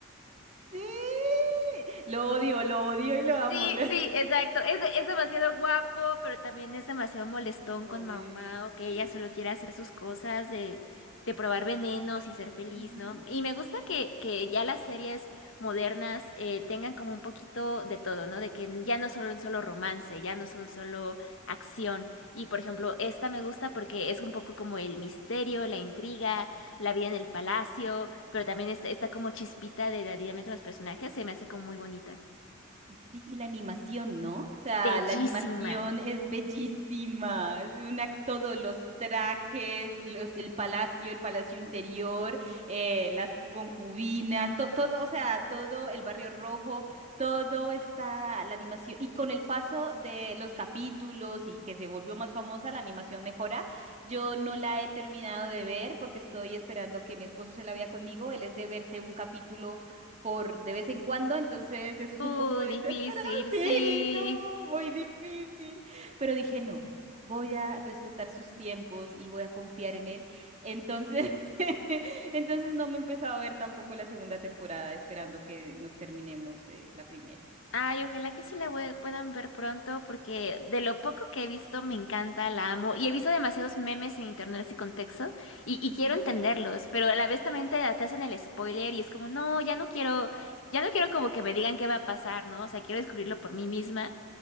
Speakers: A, on the right (about 35°); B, on the left (about 65°).
A: sí! Lo odio, lo odio y lo amo.
B: Sí,
A: <laughs> Lo-
B: sí, exacto. Es, de- es demasiado guapo, pero también es demasiado molestón con
A: Ay,
B: Mao Mao, que ella
A: sí.
B: solo quiere hacer sus cosas de, de probar venenos y ser feliz,
A: Ujú.
B: ¿no? Y me gusta que, que ya las series modernas eh, tengan como un poquito de todo, ¿no? De que ya no son solo romance, ya no son solo acción. Y por ejemplo, esta me gusta porque es un poco como el misterio, la intriga, la vida en el palacio, pero también está, está como chispita de la dinámica de los personajes, se me hace como muy bonita.
A: Y sí, y la animación, ¿no? O sea,
B: Bellísima.
A: la animación es bellísima. Es una, todos los trajes, los, el palacio, el palacio interior, eh, las concubinas, to- todo, o sea, todo el barrio rojo, todo está la animación. Y con el paso de los capítulos y que se volvió más famosa, la animación mejora. Yo no la he terminado de ver porque estoy esperando que mi esposo se la vea conmigo. Él es de verse un capítulo por de vez en cuando, entonces eso es
B: Uy,
A: un poco desesperado.
B: difícil,
A: Sí,
B: sí.
A: <laughs> no, muy difícil. Pero dije, no, voy a respetar sus tiempos y voy a confiar en él. Entonces, <laughs> entonces no me he empezado a ver tampoco la segunda temporada, esperando que nos terminemos eh, la primera.
B: Ay, ojalá que sí la vue- puedan ver pronto, porque de lo poco que he visto me encanta, la amo. Y he visto demasiados memes en internet así con texto, y, y
A: Ujú,
B: quiero entenderlos, pero a la vez también te, te hacen el spoiler y es como, no, ya no quiero, ya no quiero como que me digan qué va a pasar, ¿no? O sea, quiero descubrirlo por mí misma.